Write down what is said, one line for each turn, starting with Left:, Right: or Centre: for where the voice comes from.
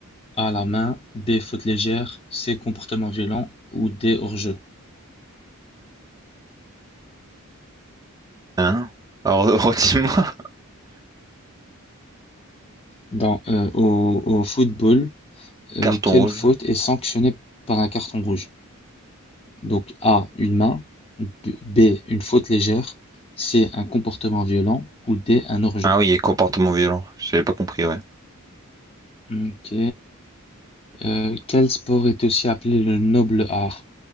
Left: A, la main, B, faute légère, C, comportement violent ou D, hors-jeu.
Right: Hein? Alors <laughs> redis-moi.
Left: Dans, euh, au, au football, euh,
Right: Carton
Left: quelle
Right: rouge.
Left: faute est sanctionnée par un carton rouge? Donc A, une main, B, B, une faute légère, C, un comportement violent ou D, un hors-jeu.
Right: Ah oui, et comportement violent. J'avais pas compris, ouais.
Left: Ok. Euh, quel sport est aussi appelé le noble art?